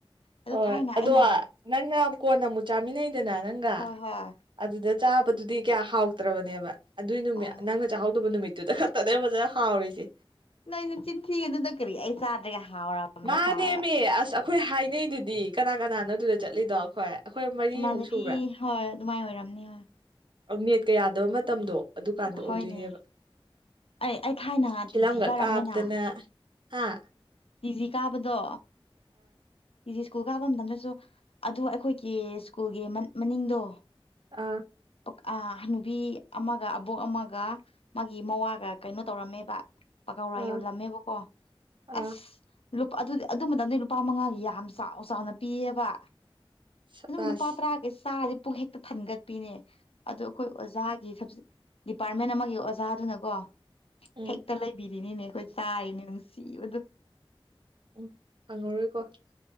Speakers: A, on the left (about 80°); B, on the right (about 55°).
A: ꯑꯗꯨ
B: ꯍꯣꯏ
A: ꯊꯥꯏꯅ
B: ꯑꯗꯣ
A: ꯑꯩꯅ
B: ꯅꯪꯅ ꯀꯣꯟꯅ ꯆꯥꯃꯤꯟꯅꯩꯗꯅ ꯅꯪꯒ
A: ꯍꯣꯏ ꯍꯣꯏ
B: ꯑꯗꯨꯗ ꯆꯥꯕꯗꯨꯗꯤ ꯀꯌꯥ ꯍꯥꯎꯇ꯭ꯔꯕꯅꯦꯕ ꯑꯗꯨꯏ ꯅꯨꯃꯤꯠ
A: ꯑꯣ
B: ꯅꯪꯅ ꯆꯥꯛꯍꯧꯗꯕ ꯅꯨꯃꯤꯠꯇꯨꯗ ꯈꯛꯇꯅꯦ ꯐꯖꯅ ꯍꯥꯎꯔꯤꯁꯦ
A: ꯅꯣꯏꯅ ꯆꯤꯟꯊꯤꯒ ꯑꯗꯨꯗ ꯀꯔꯤ ꯑꯩ ꯆꯥꯗ꯭ꯔꯒ ꯍꯥꯎꯔꯕ ꯑꯃꯅ
B: ꯃꯥꯅꯦꯃꯤ
A: ꯁꯥꯔꯒ
B: ꯑꯁ ꯑꯩꯈꯣꯏ ꯍꯥꯏꯅꯩꯗꯨꯗꯤ ꯀꯅꯥ ꯀꯅꯥꯅꯣꯗꯨꯗ ꯆꯠꯂꯤꯗꯣ ꯑꯩꯈꯣꯏ ꯑꯩꯈꯣꯏ ꯃꯔꯤꯃꯨꯛ
A: ꯏꯃꯥꯟꯅꯕꯤ
B: ꯁꯨꯕ꯭ꯔꯥ
A: ꯍꯣꯏ ꯑꯗꯨꯃꯥꯏꯅ ꯑꯣꯏꯔꯝꯅꯤ ꯍꯣꯏ
B: ꯅꯦꯠꯀ ꯌꯥꯗꯕ ꯃꯇꯝꯗꯣ ꯑꯗꯨꯀꯥꯟꯗ ꯑꯣꯏꯗꯣꯏꯅꯦꯕ
A: ꯍꯣꯏꯅꯦ ꯑꯩ ꯑꯩ ꯊꯥꯏꯅ
B: ꯐꯤꯂꯥꯝꯒ
A: ꯇꯤꯖꯤ ꯀꯥꯔꯝꯃꯦꯅ
B: ꯀꯥꯞꯇꯅ ꯍꯥꯥ
A: ꯇꯤꯖꯤ ꯀꯥꯕꯗꯣ ꯇꯤꯖꯤ ꯁ꯭ꯀꯨꯜ ꯀꯥꯕ ꯃꯇꯝꯗꯁꯨ ꯑꯗꯨ ꯑꯩꯈꯣꯏꯒꯤ ꯁ꯭ꯀꯨꯜꯒꯤ ꯃꯅꯤꯡꯗꯣ
B: ꯑꯥ
A: ꯑ ꯍꯅꯨꯕꯤ ꯑꯃꯒ ꯑꯕꯣꯛ ꯑꯃꯒ ꯃꯥꯒꯤ ꯃꯋꯥꯒ ꯀꯩꯅꯣ ꯇꯧꯔꯝꯃꯦꯕ ꯄꯀꯧꯔꯥ
B: ꯑꯥ
A: ꯌꯣꯜꯂꯝꯃꯦꯕꯀꯣ
B: ꯑꯥ
A: ꯑꯁ ꯑꯗꯨꯗꯤ ꯑꯗꯨ ꯃꯇꯝꯗ ꯂꯨꯄꯥ ꯃꯉꯥꯒꯤ ꯌꯥꯝ ꯌꯥꯝ ꯆꯥꯎ ꯆꯥꯎꯅ ꯄꯤꯌꯦꯕ
B: ꯁꯕꯥꯁ
A: ꯑꯗꯨꯝ ꯂꯨꯄꯥ ꯇꯔꯥꯒꯤ ꯆꯥ ꯄꯨꯛ ꯍꯦꯛꯇ ꯊꯟꯒꯠꯄꯤꯅꯦ ꯑꯗꯣ ꯑꯩꯈꯣꯏ ꯑꯣꯖꯥꯒꯤ ꯗꯤꯄꯥꯔꯠꯃꯦꯟ ꯑꯃꯒꯤ ꯑꯣꯖꯥꯗꯨꯅꯀꯣ
B: ꯎꯝ
A: ꯍꯦꯛꯇ ꯂꯩꯕꯤꯔꯤꯅꯤꯅꯦ ꯑꯩꯈꯣꯢ ꯑꯗꯨꯝ ꯆꯔꯤꯅꯦ ꯅꯨꯡꯁꯤꯕꯅꯦ
B: ꯑꯝ ꯐꯥꯡꯉꯥꯂꯣꯢ ꯀꯣ